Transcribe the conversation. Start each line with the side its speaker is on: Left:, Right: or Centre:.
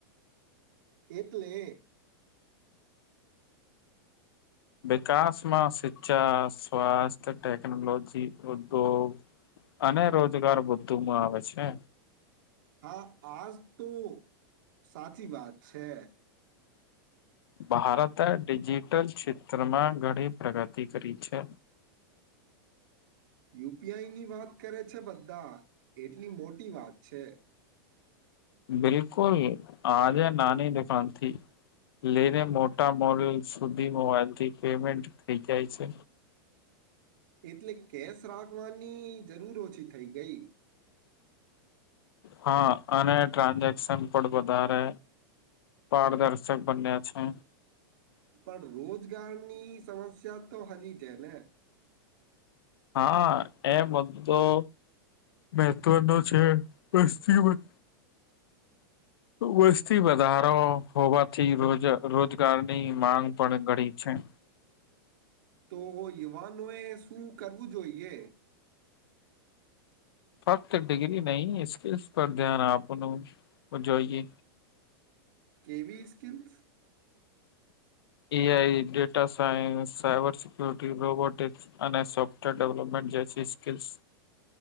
Right: એટલે
Left: વિકાસમાં શિક્ષા, સ્વાસ્થ્ય, ટેકનોલોજી, ઉદ્યોગ. અને રોજગાર બધું માં આવે છે.
Right: હા, આ જ તો સાચી વાત છે‌.
Left: ભારતે ડિજિટલ ક્ષેત્રમાં ઘણી પ્રગતિ કરી છે.
Right: યુ. પી. આઈ ની વાત કરે છે, બધા એટલી મોટી વાત છે.
Left: બિલકુલ, આજે નાની દુકાનથી લઈને, મોટા મોડલ સુધી મોબાઈલથી પેમેન્ટ થઈ જાય છે.
Right: એટલે કેશ રાખવાની જરૂર ઓછી થઈ ગઈ.
Left: હા, અને ટ્રાન્ઝેક્શન પણ વધારે. પારદર્શક બન્યા છે.
Right: પણ રોજગારની સમસ્યા તો હજી જ ને.
Left: હા, એ બધો મહત્વ નું છે, વસ્તી. વસ્તી વધારો હોવાથી, રોજ રોજગારની માંગ પણ ઘડી છે.
Right: તો યુવાનોએ શું કરવું જોઈએ?
Left: ફક્ત ડિગ્રી નહીં, સ્કિલ્સ પર ધ્યાન આપનું જોઈએ.
Right: કેવી skills?
Left: A. I, data science, cyber security, robotics. અને સોફ્ટવેર ડેવલપમેન્ટ જે છે, સ્કિલ્સ.